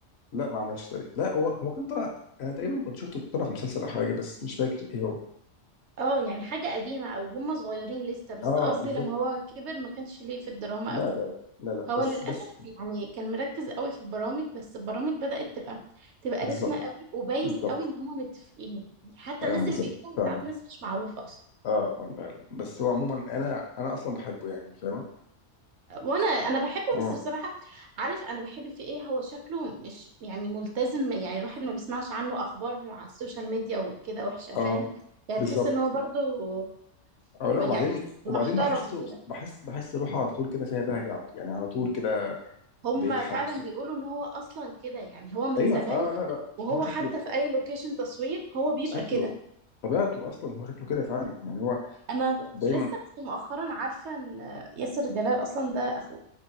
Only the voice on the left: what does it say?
لا ما عملش تقريبا لا هو هو كان طلع انا تقريبا كنت شفته طلع في مسلسل او حاجه بس مش فاكر ايه هو
اه
بالظبط
لا
لا لا لا
بس
بس
بالظبط
بالظبط
ايوه
بالظبط
فعلا
اه اه فعلا بس هو عموما انا انا اصلا بحبه يعني فاهمه
اه
اه
بالظبط
كده
اه
لا وبعدين
وبعدين
بحسه
بحس بحس روحه على طول كده فيها بهجه على طول يعني على طول كده
بيضحك
ايوه
اه لا لا
هو شكله
شكله
طبيعته اصلا هو شكله كده فعلا يعني هو
دايما